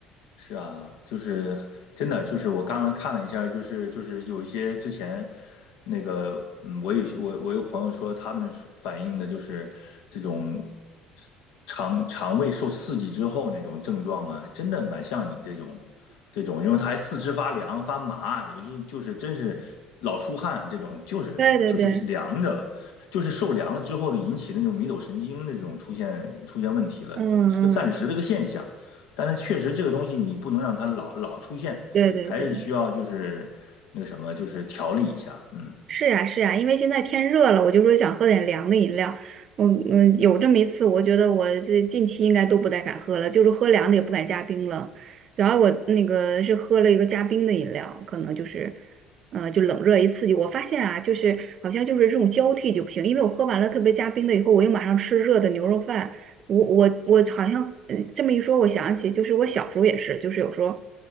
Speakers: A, on the left; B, on the right.
A: 是啊，就是真的，就是我刚刚看了一下儿就是就是有一些之前那个，嗯，我有些我我有朋友说，他们说反映的就是这种肠肠胃受刺激之后那种症状啊，真的蛮像你这种这种，因为他还四肢发凉发麻，有就就是真是老出汗这种，就是就是凉着了，
B: 对对对，
A: 就是受凉了之后的引起的那种迷走神经那种出现出现问题了，
B: 嗯嗯，
A: 是个暂时的一个现象。但是确实这个东西你不能让它老老出现，
B: 对对对。
A: 还是需要就是那个什么，就是调理一下。嗯，
B: 是呀，是呀，因为现在天热了，我就说想喝点凉的饮料。我嗯，有这么一次，我觉得我这近期应该都不太敢喝了，就是喝凉的也不敢加冰了。主要我那个是喝了一个加冰的饮料，可能就是，呃，就冷热一刺激。我发现啊，就是好像就是这种交替就不行，因为我喝完了特别加冰的以后，我又马上吃热的牛肉饭。我我我好像呃这么一说，我想起就是我小时候也是，就是有时候，